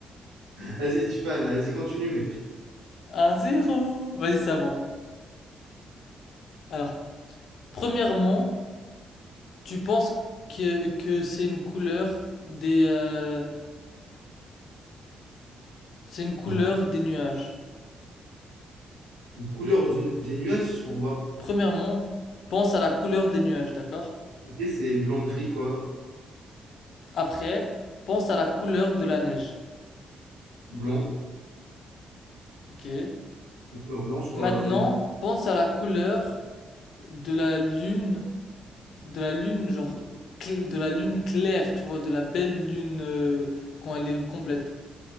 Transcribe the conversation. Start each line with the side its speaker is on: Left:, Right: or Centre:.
Right: Vas-y, tu parles, là. Vas-y, continue, mec.
Left: 1 zéro Vas-y, ça va. Alors, premièrement, tu penses que, que c'est une couleur des, euh, c'est une couleur
Right: Alors,
Left: des nuages.
Right: Une couleur d'une- des nuages, je comprends pas.
Left: Premièrement, pense à la couleur des nuages, d'accord?
Right: Ok, c'est blanc-gris, quoi.
Left: Après, pense à la couleur de la neige.
Right: Blanc.
Left: Ok.
Right: Une couleur blanche, quoi.
Left: Maintenant,
Right: des-
Left: pense à la couleur de la lune, de la lune, genre, cl- de la lune claire, tu vois, de la belle lune, euh, quand elle est complète.